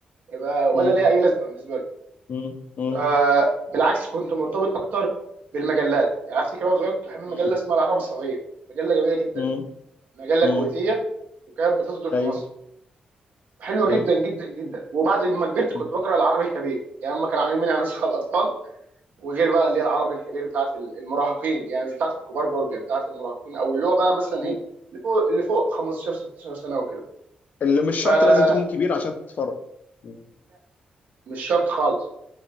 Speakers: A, on the right; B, on the left.
A: يبقى ولا
B: مم.
A: ليها اي لازمه بالنسبه له
B: مم.
A: ف- بالعكس كنت مرتبط اكتر بالمجلات يعني افتكر وانا صغير كنت بحب مجله
B: مم.
A: اسمها العرب الصغير مجله جميله جدا
B: مم.
A: مجله
B: مم.
A: كويتيه وكانت بتصدر في
B: ايوه
A: مصر حلوه جدا
B: ايوه
A: جدا جدا وبعد ما كبرت كنت
B: مم.
A: بقرا العربي الكبير يعني هم كانوا عاملين منها نسخه الاطفال وغير بقى اللي هي العربي الكبير بتاعت المراهقين يعني مش بتاعت الكبار برضه يعني بتاعت المراهقين او اللي هو بقى مثلا
B: مم.
A: ايه اللي فوق اللي فوق 15 16 سنه وكده
B: اللي مش شرط
A: فلا
B: لازم تكون كبير عشان تتفرج مم.
A: مش شرط خالص